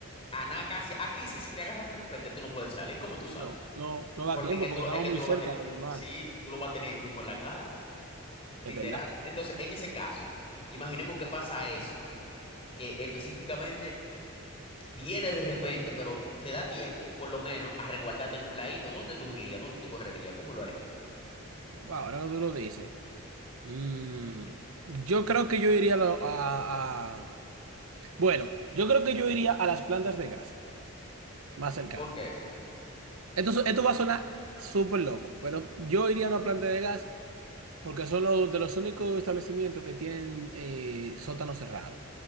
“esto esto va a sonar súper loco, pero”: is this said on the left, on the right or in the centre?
Right